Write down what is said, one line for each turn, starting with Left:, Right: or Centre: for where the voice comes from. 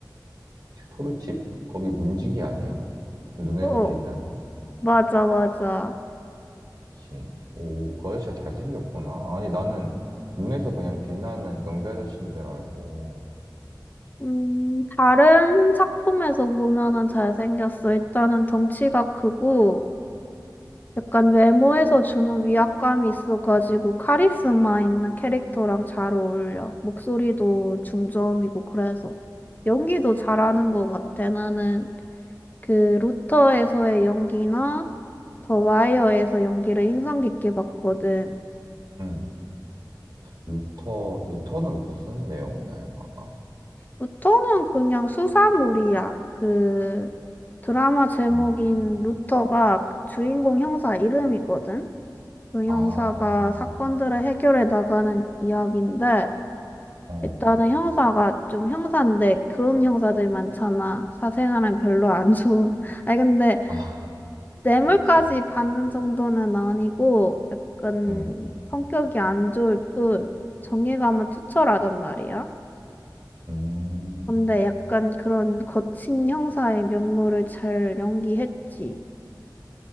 Right: 토르 집 거기 문지기 아니야? 눈에서
Left: 어,
Right: 빛나는?
Left: 맞아, 맞아.
Right: 그치. 오, 그 아저씨가 잘생겼구나. 아니 나는 눈에서 그냥 빛나는 경비 아저씨인 줄 알고.
Left: 음, 다른 작품에서 보면은 잘생겼어. 일단은 덩치가 크고, 약간 외모에서 주는 위압감이 있어가지고, 카리스마 있는 캐릭터랑 잘 어울려. 목소리도 중저음이고, 그래서. 연기도 잘하는 것 같아. 나는 그 루터에서의 연기나 더 와이어에서 연기를 인상 깊게 봤거든.
Right: 음. 루터 루터는 무슨 내용이야, 영화가?
Left: 루터는 그냥 수사물이야. 그 드라마 제목인
Right: 음.
Left: 루터가 주인공 형사 이름이거든. 그 형사가
Right: 아,
Left: 사건들을 해결해 나가는 이야기인데
Right: 어.
Left: 일단은 형사가 좀 형사인데 그런 형사들 많잖아. 사생활은 별로 안 좋은. <laughs> 아니 근데
Right: 아,
Left: 뇌물까지
Right: 그치.
Left: 받는 정도는 아니고 약간
Right: 음.
Left: 성격이 안 좋을 뿐 정의감은 투철하단 말이야.
Right: 음.
Left: 근데 약간 그런 거친 형사의 면모를 잘 연기했지.